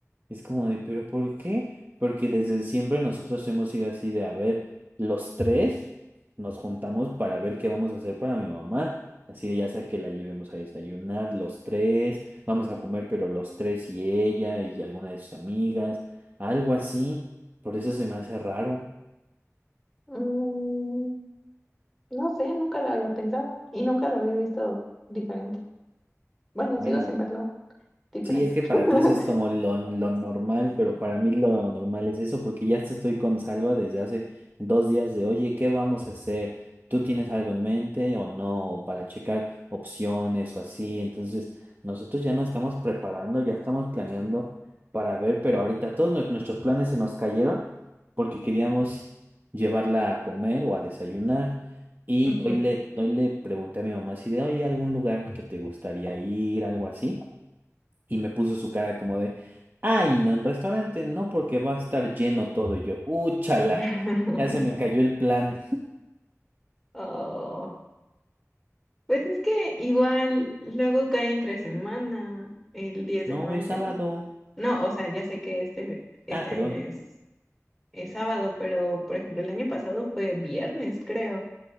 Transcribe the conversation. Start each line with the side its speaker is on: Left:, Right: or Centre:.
Right: Es como de, ¿pero por qué? Porque desde siempre nosotros hemos sido así de, a ver, los tres nos juntamos para ver qué vamos a hacer para mi mamá. Así de, ya sea que la llevemos a desayunar, los tres, vamos a comer, pero los tres y ella y alguna de sus amigas, algo así. Por eso se me hace raro.
Centre: Mm, no sé, nunca lo había pensado y nunca lo había visto diferente. Bueno,
Right: Bueno,
Centre: sigo sin verlo diferente.
Right: sí, es que para
Centre: <laughs>
Right: ti eso es como lo, lo normal, pero para mí lo normal es eso, porque ya te estoy con Salva desde hace dos días de, oye, ¿qué vamos a hacer? ¿Tú tienes algo en mente o no? O para checar opciones o así. Entonces, nosotros ya nos estamos preparando, ya estamos planeando para ver, pero ahorita todos nues- nuestros planes se nos cayeron porque queríamos llevarla a comer o a desayunar. Y
Centre: Ujú.
Right: hoy le, hoy le pregunté a mi mamá si de, oye, algún lugar que te gustaría ir, algo así. Y me puso su cara como de, ay, no, en restaurante no, porque va a estar lleno todo. Y yo, úchala,
Centre: <laughs>
Right: ya se me cayó el plan.
Centre: Oh, pues es que igual luego cae entre semana, el 10
Right: No,
Centre: de mayo.
Right: es sábado.
Centre: No, o sea, ya sé que este, este
Right: Ah, perdón,
Centre: año es es sábado, pero por ejemplo el año pasado fue viernes, creo.